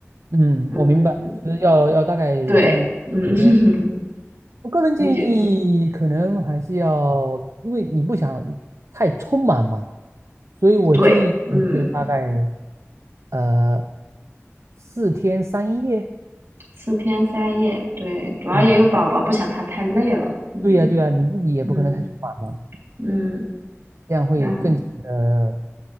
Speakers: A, on the right; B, on the right.
A: 嗯，
B: 嗯，
A: 我明白，就是要要大概在几天。
B: 对，嗯，<laughs>
A: 我个人建议可能还是要，
B: 你觉
A: 因为你不想太匆忙嘛，所以我建议是大概
B: 对，嗯，
A: 呃四天三夜。
B: 四天三夜，对，主要也有宝宝，
A: 嗯，
B: 不想他太累了。嗯
A: 对呀对呀，你自己也不可能太匆忙嘛，
B: 嗯嗯，
A: 这样会更加的，
B: 然后